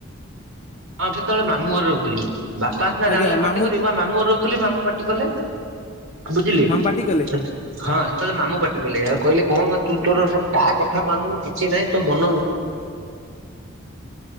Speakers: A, on the right; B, on the left.
A: ହଁ ସେତେବେଳେ ମାମୁଁ ଘରେ ରହୁଥିଲି ବାପା ସିନା
B: ଆଜ୍ଞା
A: ଜାଣିଲେ ପାଟି
B: ମାମୁଁ
A: କରିବେ ମୁଁ ପା ମାମୁଁଘରେ ରହୁ ଥୁଲି ମାମୁ ପାଟି କଲେ ବୁଝିଲେ
B: ମାମୁଁ ପାଟି କଲେ
A: ସେଠି ହଁ ସେତେବେଳେ ମାମୁ ପାଟି କଲେ ଆଉ କହିଲେ କଣ ମ ତୁ ତୋର ସ କାହା କଥା ମାନୁନୁ କିଛି ନାଇଁ ତୋ ମନ ମୁ